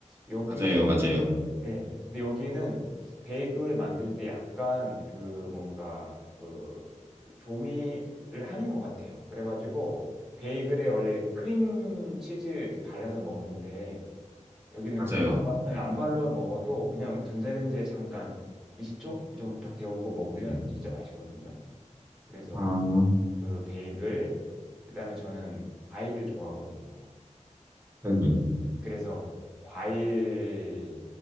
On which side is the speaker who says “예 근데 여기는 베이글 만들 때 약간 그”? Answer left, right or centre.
Centre